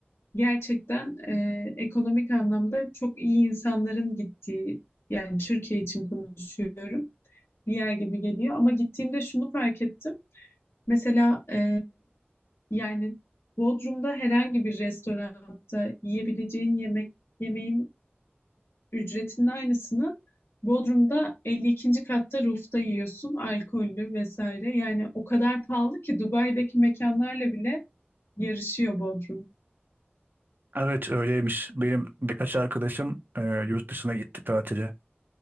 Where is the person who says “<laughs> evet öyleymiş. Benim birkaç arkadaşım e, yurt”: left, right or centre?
Right